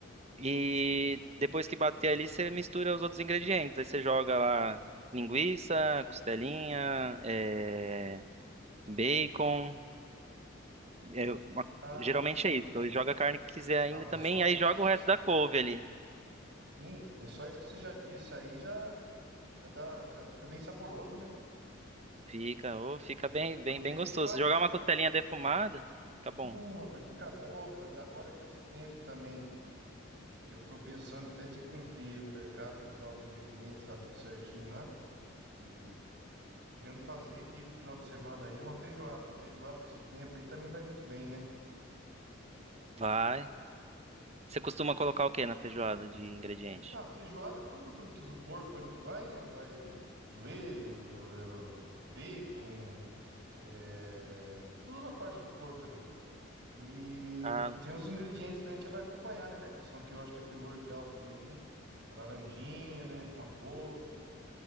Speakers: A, on the right; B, on the right.
A: E depois que bater ali, você mistura os outros ingredientes. Aí você joga lá linguiça, costelinha, é, bacon. É, uma-
B: Ah,
A: geralmente
B: en-
A: é isso. Ou Joga a carne que quiser ainda
B: ah, mas
A: também.
B: só,
A: Aí
B: só
A: joga
B: isso
A: o resto
B: que
A: da couve ali.
B: Sim, mas só isso que você já disse aí já já dá, já fica bem saboroso, né?
A: Fica, ô, fica bem, bem,
B: Aqui
A: bem
B: a gente
A: gostoso.
B: faz
A: Se jogar
B: assim
A: uma
B: tá,
A: costelinha defumada, fica bom.
B: hum, rapaz, fica bom. Ô, mas agora é com esse tempo também, e eu tô pensando até de cumprir no mercado, comprar os ingredientes lá tudo certinho lá, e tô querendo fazer aqui pro final de semana aí uma feijoada, uma feijoada com esse tempo aí também vai muito bem, né?
A: Vai. Você costuma colocar o que na feijoada de ingrediente?
B: Ah, feijoada é tudo do que do porco ali que vai, né? Vai joelho, eh, bacon, é, tudo da parte do porco ali. E
A: Ah,
B: os- tem os ingredientes também que vai acompanhar, né, cara? Que são que eu acho que é primordial também ali. Uma laranjinha, né? Uma couve,